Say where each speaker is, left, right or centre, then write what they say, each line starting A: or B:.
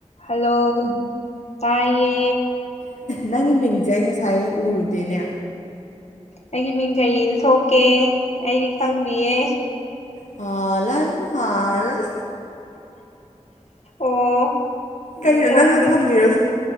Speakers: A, on the left; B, on the left.
A: Hello ꯇꯥꯏꯌꯦ
B: ꯅꯪꯒꯤ ꯃꯤꯡꯁꯦ ꯑꯩ ꯉꯁꯥꯏ ꯎꯔꯨꯗꯦꯅꯦ
A: ꯑꯩꯒꯤ ꯃꯤꯡ ꯀꯔꯤꯅ ꯊꯣꯛꯀꯦ ꯑꯩꯗꯤ ꯈꯪꯕꯤꯌꯦ
B: ꯍꯥꯂꯟ ꯍꯥꯂꯟ
A: ꯑꯣ
B: ꯀꯩꯅꯣ
A: ꯎꯝ ꯊꯣꯛꯄꯅꯤ
B: ꯅꯪꯅ ꯊꯝꯃꯤꯔꯣ